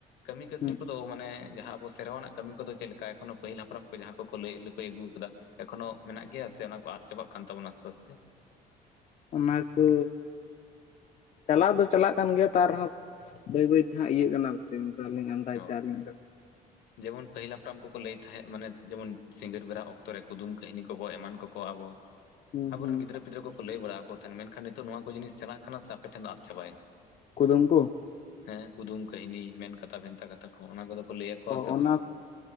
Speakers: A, on the left (about 75°); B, on the left (about 45°).
A: ᱠᱟᱹᱢᱤ ᱠᱟᱹᱥᱱᱤ
B: ᱦᱩᱸ
A: ᱠᱚᱫᱚ ᱢᱟᱱᱮ ᱡᱟᱦᱟᱸ ᱟᱵᱚ ᱥᱮᱨᱣᱟᱱᱟᱜ ᱠᱟᱹᱢᱤ ᱠᱚᱫᱚ ᱪᱮᱫ ᱞᱮᱠᱟ ᱮᱠᱷᱚᱱᱳ ᱯᱟᱹᱦᱤᱞ ᱦᱟᱯᱲᱟᱢ ᱠᱚ ᱡᱟᱦᱟᱸ ᱠᱚᱠᱚ ᱞᱟᱹᱭ ᱞᱟᱹᱯᱟᱹᱭ ᱟᱹᱜᱩ ᱟᱠᱟᱫᱟ ᱾ ᱮᱠᱷᱚᱱᱚ ᱢᱮᱱᱟᱜ ᱜᱮᱭᱟ ᱥᱮ ᱚᱱᱟ ᱠᱚ ᱟᱫ ᱪᱟᱵᱟᱜ ᱠᱟᱱ ᱛᱟᱵᱚᱱᱟ ᱟᱥᱛᱮ, ᱟᱥᱛᱮ
B: ᱚᱱᱟ ᱠᱚ ᱪᱟᱞᱟᱜ ᱫᱚ ᱪᱟᱞᱟᱜ ᱠᱟᱱ ᱜᱮᱭᱟ ᱛᱟ ᱟᱨᱦᱚᱸ ᱵᱟᱹᱭ ᱵᱟᱹᱭ ᱛᱮᱦᱟᱸᱜ ᱤᱭᱟᱹᱜ ᱠᱟᱱᱟ ᱥᱮ ᱚᱱᱠᱟ ᱞᱤᱧ ᱟᱱᱫᱟᱡᱽ ᱮᱫᱟ
A: ᱚ
B: ᱟᱹᱞᱤᱧ
A: ᱡᱮᱢᱚᱱ ᱯᱟᱹᱦᱤᱞ ᱦᱟᱯᱲᱟᱢ ᱠᱚᱠᱚ ᱞᱟᱹᱭ ᱛᱟᱦᱮᱸᱫ ᱢᱟᱱᱮ ᱡᱮᱢᱚᱱ ᱥᱤᱸᱜᱟᱹᱲ ᱵᱮᱲᱟ ᱚᱠᱛᱚ ᱨᱮ ᱠᱩᱫᱩᱢ ᱠᱟᱹᱦᱱᱤ ᱠᱚ ᱮᱢᱟᱱ ᱠᱚᱠᱚ ᱟᱵᱚ
B: ᱦᱩᱸ
A: ᱟᱵᱚᱨᱮᱱ
B: ᱦᱩᱸ
A: ᱜᱤᱫᱽᱨᱟᱹ ᱯᱤᱫᱽᱨᱟᱹ ᱠᱚ ᱠᱚ ᱞᱟᱹᱭ ᱵᱟᱲᱟ ᱟᱠᱚ ᱛᱟᱦᱮᱸᱱ ᱢᱮᱱᱠᱷᱟᱱ ᱱᱤᱛᱚᱜ ᱱᱚᱣᱟ ᱠᱚ ᱡᱤᱱᱤᱥ ᱪᱟᱞᱟᱜ ᱠᱟᱱᱟ ᱥᱮ ᱟᱯᱮ ᱴᱷᱮᱱ ᱫᱚ ᱟᱫ ᱪᱟᱵᱟᱭᱮᱱᱟ?
B: ᱠᱩᱫᱩᱢ ᱠᱚ
A: ᱦᱮᱸ ᱠᱩᱫᱩᱢ ᱠᱟᱹᱦᱱᱤ ᱢᱮᱱ ᱠᱟᱛᱷᱟ ᱵᱷᱮᱱᱛᱟ ᱠᱟᱛᱷᱟ ᱠᱚ ᱚᱱᱟ ᱠᱚᱫᱚ ᱠᱚ ᱞᱟᱹᱭ ᱟᱠᱚᱣᱟ
B: ᱚ
A: ᱥᱮ
B: ᱚᱱᱟ
A: ᱵᱟᱝ?